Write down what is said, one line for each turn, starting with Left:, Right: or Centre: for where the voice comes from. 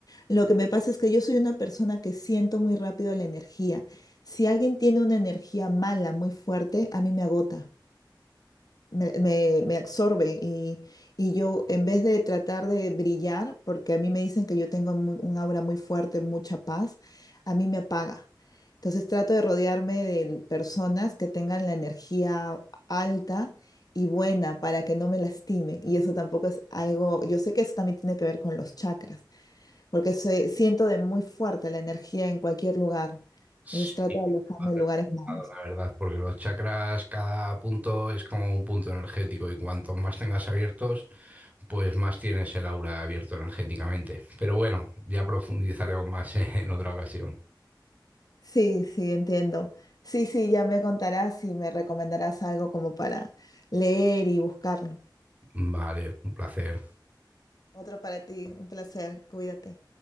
Left: lo que me pasa es que yo soy una persona que siento muy rápido la energía. Si alguien tiene una energía mala, muy fuerte, a mí me agota me, me- me absorbe y, y yo en vez de tratar de brillar, porque a mí me dicen que yo tengo mu- un aura muy fuerte, mucha paz, a mí me apaga. Entonces trato de rodearme de personas que tengan la energía alta y buena para que no me lastimen. Y eso tampoco es algo, yo sé que eso también tiene que ver con los chakras, porque se- siento de muy fuerte la energía en cualquier lugar.
Right: Sí,
Left: Entonces trato de alejarme
Right: más
Left: de
Right: relacionado,
Left: lugares malos.
Right: la verdad, porque los chakras, cada punto es como un punto energético y cuantos más tengas abiertos, pues más tienes el aura abierto energéticamente. Pero bueno, ya profundizaremos más <laughs> en otra ocasión.
Left: Sí, sí, entiendo. Sí, sí, ya me contarás y me recomendarás algo como para leer y buscarlo.
Right: Vale, un placer.
Left: Otro para ti, un placer, cuídate.